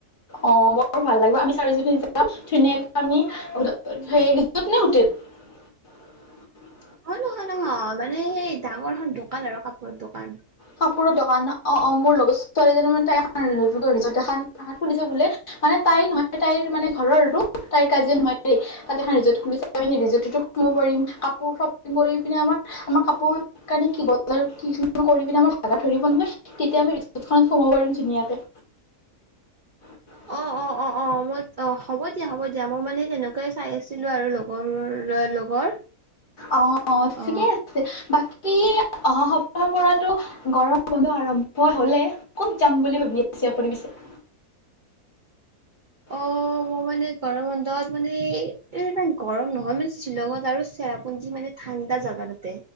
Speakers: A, on the left (about 35°); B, on the right (about 65°).
A: অ বৰ ভাল লাগিব আমি চাৰিজনী যাম ধুনীয়াকে আমি, সেই সেই ৰিজৰ্ট নে হোটেল? <inaudible>
B: অ নহয়, নহয়। মানে সেই ডাঙৰ এখন দোকান আৰু কাপোৰৰ দোকান।
A: কাপোৰৰ দোকান। অ, অ মোৰ লগত ছোৱালীজনী ম তাই <unintelligible> খুলিছে বোলে। মানে তাই নহয় তাইৰ মানে ঘৰৰ আৰু। তাইৰ কাজিন হয় দেই। তাত এখন ৰিজৰ্ট খুলিছে। আমি সেই ৰিজৰ্টতো সোমাব পাৰিম, কাপোৰ শ্বপিং কৰি পিনে আমাৰ আমাৰ কাপোৰ কাৰণে কি বজাৰ কিনো কৰিম। মাৰ ভাগাৰ ধৰিব নহয়, তেতিয়া আমি ৰিজৰ্ট খনত সোমাব পাৰিম ধুনীয়াকে। <inaudible>
B: অ অ অ অ মই অ হ'ব দিয়া, হ'ব দিয়া। মই মানে হেনেকুৱাই চাই আছিলো আৰু লগৰ লগৰ
A: অ, ঠিকে
B: অ
A: আছে। বাকী অহা সপ্তাহৰ পৰাটো গৰমৰ বন্ধ আৰম্ভ হলে। ক'ত যাম বুলি ভাবি আছে আপুনি পিছে? <inaudible> <inaudible>
B: অ মই মানে গৰমবন্ধত মানে এ ইমান গৰম নহয় মানে শ্বিলঙত আৰু চেৰাপুঞ্জী মানে ঠান এটা জাগাদ আৰু।